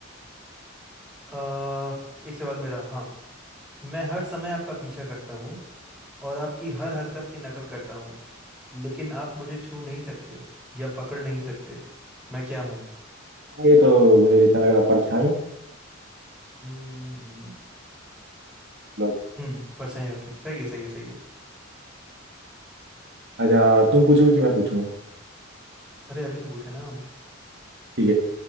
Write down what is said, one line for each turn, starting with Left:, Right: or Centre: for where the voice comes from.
Centre: अ, एक सवाल मेरा हाँ मैं हर समय आपका पीछा करता हूँ और आपकी हर हरकत की नकल करता हूँ लेकिन आप मुझे छू नहीं सकते या पकड़ नहीं सकते मैं क्या हूँ
Right: हाँ ये तो मुझे जितना लग रहा परछाई
Centre: हम्म हम्म,
Right: मतलब
Centre: हम्म, परछाई आपकी सही है सही है सही है
Right: अच्छा तुम पूछोगे कि मैं पूछूं
Centre: अरे अभी तो पूछे ना हम
Right: ठीक है